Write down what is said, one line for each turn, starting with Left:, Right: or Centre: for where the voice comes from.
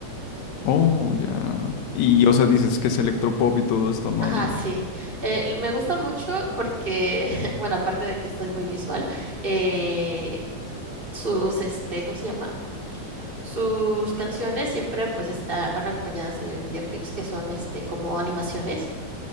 Left: Oh, ya. Y, o sea, dices que es electropop y todo esto, ¿no?
Right: Ajá,
Left: Y
Right: sí. Eh, me gusta mucho porque, <laughs> bueno, aparte de que estoy muy visual, eh, sus, este, ¿cómo se llama? Sus canciones siempre pues está, van acompañadas de videoclips que son este como animaciones.